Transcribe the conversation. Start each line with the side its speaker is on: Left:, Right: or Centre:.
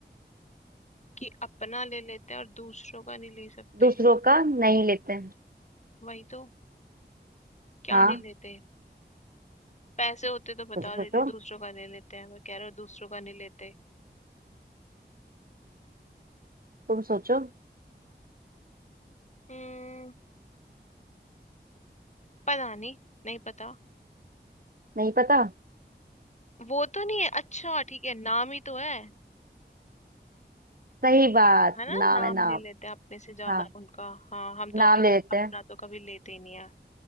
Left: कि अपना ले लेते हैं और दूसरों का नहीं ले सकते
Right: दूसरों का नहीं लेते हैं
Left: वही तो क्या
Right: हाँ
Left: नहीं लेते पैसे होते तो बता
Right: सोचो सोचो
Left: देती दूसरों का ले लेते हैं मैं कह रहा हूँ दूसरों का नहीं लेते
Right: तुम सोचो
Left: हम्म पता नहीं नहीं पता
Right: नहीं पता
Left: वो तो नहीं है अच्छा ठीक है नाम ही तो है
Right: सही बात
Left: है ना
Right: नाम
Left: नाम
Right: है नाम
Left: ले लेते हैं अपने से ज्यादा
Right: हाँ
Left: उनका हाँ हम तो
Right: नाम
Left: अभी
Right: ले लेते
Left: अपना
Right: हैं
Left: तो कभी लेते ही नहीं है